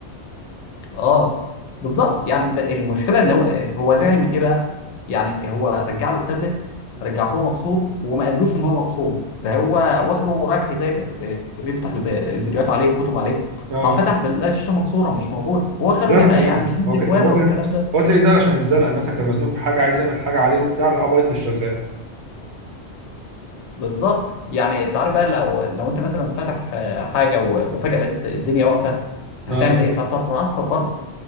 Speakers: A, on the left; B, on the right.
A: اه بالظبط يعني ده المشكله ان هو هو زعل من ايه بقى؟ يعني هو رجع له التابلت رجعه له مكسور وما قالوش ان هو مكسور فهو واخده رايح يذاكر آه، بيفتح الب- الفيديوهات عليه الكتب عليه
B: اه
A: ففتح بيلاقي الشاشه مكسوره مش موجوده واخره
B: زنقه
A: بقى
B: يعني
A: يعني مش مدي
B: هو ك... هو
A: اخوانه
B: ك...
A: والكلام ده
B: هو تلاقيه زعل عشان يتزنق مثلا كان مزنوق في حاجه عايز يعمل حاجه عليه وبتاع لا بايظ مش شغال
A: بالظبط يعني انت عارف بقى لو لو انت مثلا فاتح آه، حاجه و- وفجاه لقيت الدنيا واقفه
B: اه
A: هتعمل ايه؟ فهتتعصب برضه